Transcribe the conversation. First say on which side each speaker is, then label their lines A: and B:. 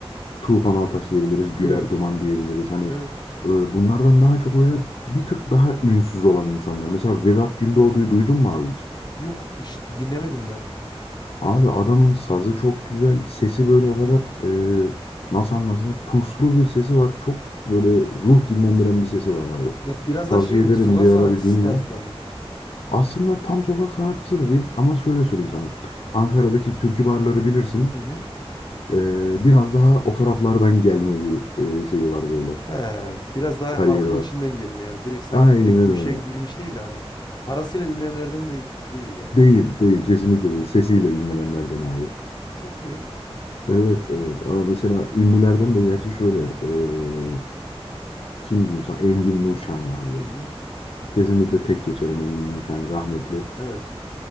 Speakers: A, on the left; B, on the left.
A: Tufan Altaş diyebiliriz, Güler
B: Evet.
A: Duman diyebiliriz. Hani
B: Evet.
A: e, bunlardan daha çok böyle bir tık daha ünsüz olan insanlar. Mesela Vedat Gündoğdu'yu duydun mu abi hiç?
B: Yok hiç dinlemedim de.
A: Abi adamın sazı çok güzel, sesi böyle o kadar e, nasıl anlatayım? Puslu bir sesi var. Çok böyle ruh dinlendiren bir sesi var abi.
B: Ya biraz
A: Tavsiye
B: daha şey mi?
A: ederim
B: Sokak
A: bir ara
B: sanatçısı
A: bir dinle.
B: tarzında mı?
A: Aslında tam sokak sanatçısı da değil ama şöyle söyleyeyim sana. Ankara'daki türkü barları bilirsin.
B: Hı hı.
A: E, biraz daha o taraflardan gelme bir e, şeyi var böyle.
B: He, biraz daha
A: Kariyeri
B: halkın
A: var.
B: içinden gelme yani. Direkt sanki
A: Aynen
B: direkt bu
A: öyle.
B: işe girmiş değil de hani. Parasıyla ünlenenlerden de değil yani.
A: Değil, değil. Kesinlikle
B: Hmm.
A: değil. Sesiyle ünlenenlerden abi.
B: E, çok iyi.
A: Evet, evet. Abi mesela ünlülerden de gerçi şöyle. eee, kim diyeyim sana? Engin Nurşani abi ya.
B: Hı hı.
A: Kesinlikle tek geçerim Engin Nurşani rahmetli.
B: Evet.